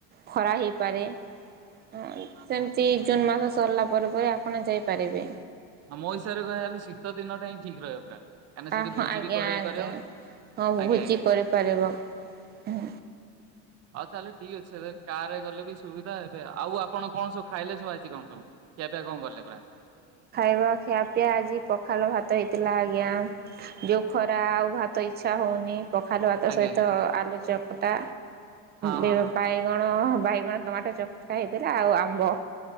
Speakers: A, on the right; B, on the right.
A: ଖରା ହେଇପାରେ ହଁ ସେମିତି ଜୁନ ମାସ ସରିଲା ପରେ ପରେ ଆପଣ ଯାଇପାରିବେ।
B: ଆଁ ମୋ ହିସାବରେ କହିବାକୁ ଗଲେ ଶୀତ ଦିନଟା ହିଁ ଠିକ୍ ରହିବ ପୁରା। କାହିଁକିନା ସେଠି
A: ଆ ହ
B: ଭୋଜି
A: ଆଜ୍ଞା
B: ବି କରେଇ
A: ଆଜ୍ଞା
B: ପାରିବ
A: ହଁ
B: ଆଜ୍ଞା
A: ଭୋଜି
B: ଆଜ୍ଞା ଆଜ୍ଞା
A: କରିପାରିବ ହୁଁ।
B: ହଉ ତାହେଲେ ଠିକ ଅଛି କାର୍ ର ରେ ଗଲେ ବି ସୁବିଧା ଏବେ ଆଉ ଆପଣ କଣ ସବୁ ଖାଇଲେ ସବୁ ଆଜି କଣ। ସବୁ ଖିଆପିଆ କଣ କରିଲେ ପୁରା ।
A: ପୁରା ଖିଆପିଆ ଆଜି ପଖାଳ ଭାତ ହେଇ ଥିଲା ଆଜ୍ଞା ଯେଉଁ ଖରା ଆଉ ଭାତ ଇଚ୍ଛା ହଉନି। ପଖାଲ ଭାତ
B: ଆଜ୍ଞା
A: ସହିତ
B: ଆଜ୍ଞା
A: ଆଲୁଚପ। ଖଟା
B: ହଁ
A: ବି-ବାଇଗଣ
B: ହଁ ହଁ।
A: । ବାଇଗଣ ଟମାଟୋ ଚକଟା ହେଇଥିଲା ଆଉ ଆମ୍ବ।